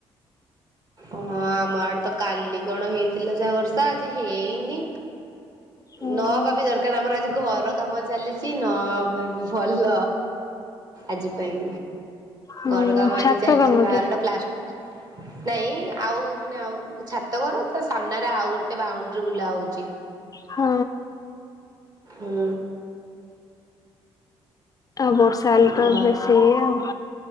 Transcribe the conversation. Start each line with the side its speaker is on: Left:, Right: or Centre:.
Right: ଓହୋ ଆମ ଆଡେ ତ କାଲି କଣ ହେଇଥିଲା ଯାହା ବର୍ଷା ଆଜି ହେଇନି
Left: ହୁଁ
Right: ନହବା ବି ଦରକାର ଆମର ଆଜି ଘର କାମ ଚାଲିଚି ନବା ବି ଭଲ ଆଜି ପାଇଁ
Left: ହୁଁ
Right: ଘର କାମ
Left: ଛାତ
Right: ଆଜି ଚାଲିଚି
Left: କାମ
Right: ବାହାରଟା
Left: କି
Right: ପ୍ଲାଷ୍ଟ <inaudible> ନାଇଁ ଆଉ ମାନେ ଆଉ ଛାତଘର ତା ସାମ୍ନାରେ ଆଉ ଗୋଟେ ବାଉଣ୍ଡିରି ବୁଲା ହୋଉଚି।
Left: ହଁ।
Right: ଉଁ।
Left: ଆଉ ବର୍ଷା ହେଲେ ତ
Right: ଘ
Left: ବେଶୀ ଇଏ ଆଉ।